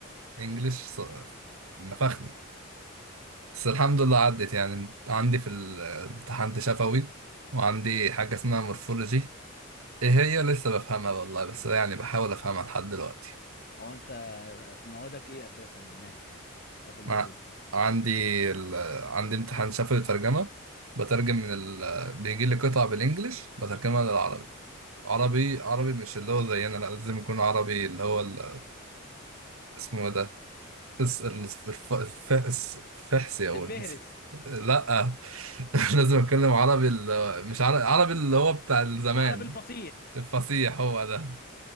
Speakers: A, on the right (about 80°); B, on the left (about 45°).
A: الانجليش ص- نفخني بس الحمد لله عدت يعني عندي في ال- امتحان شفوي وعندي حاجة اسمها مورفولوجي ايه هي لسه بفهمها والله بس يعني بحاول افهمها لحد دلوقتي
B: هو انت موادك ايه اساسا هناك يعني بتاخد
A: مع
B: مواد ايه
A: عندي ال... عندي امتحان شفوي ترجمة بترجم من ال... بيجي لي قطع بالانجلش بترجمها للعربي عربي عربي مش اللي هو زينا لا لازم يكون عربي اللي هو ال... اسمه إيه ده الس... الف... الف... الفحس الفحسي او
B: الفهرس
A: الس... لا <laughs> لازم اتكلم عربي ال... مش عربي عربي اللي هو بتاع الزمان
B: عربي الفصيح
A: الفصيح هو ده